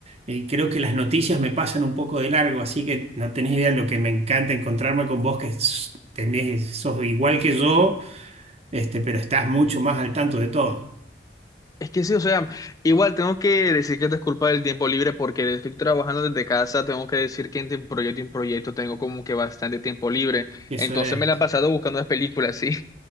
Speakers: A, on the right; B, on the left.
A: eh, y creo que las noticias me pasan un poco de largo, así que no tenés idea lo que me encanta encontrarme con vos, que s- tenés, sos igual que yo, este, pero estás mucho más al tanto de todo.
B: Es que sí, o sea, igual tengo que decir que esto es culpa del tiempo libre porque estoy trabajando desde casa, tengo que decir que entre un proyecto y un proyecto tengo como que bastante tiempo libre,
A: Eso
B: entonces
A: es.
B: me la he pasado buscando las películas, sí.